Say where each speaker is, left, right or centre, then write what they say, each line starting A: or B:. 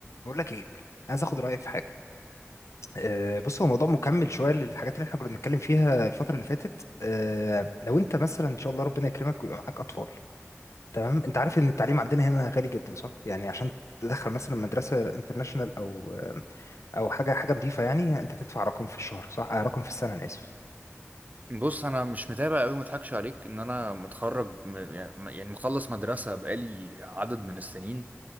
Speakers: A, on the left; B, on the right.
A: بقول لك ايه عايز اخد رايك في حاجه أه بص هو موضوع مكمل شويه للحاجات اللي احنا كنا بنتكلم فيها الفتره اللي فاتت أه لو انت مثلا ان شاء الله ربنا يكرمك ويبقى معاك اطفال تمام انت عارف ان التعليم عندنا هنا غالي جدا صح يعني عشان تدخل مثلا مدرسه انترناشونال او آه، او حاجه حاجه نظيفه يعني انت تدفع رقم في الشهر صح آه رقم في السنه انا اسف
B: بص انا مش متابع قوي ما اضحكش عليك ان انا متخرج م- يعني يعني مخلص مدرسه بقالي عدد من السنين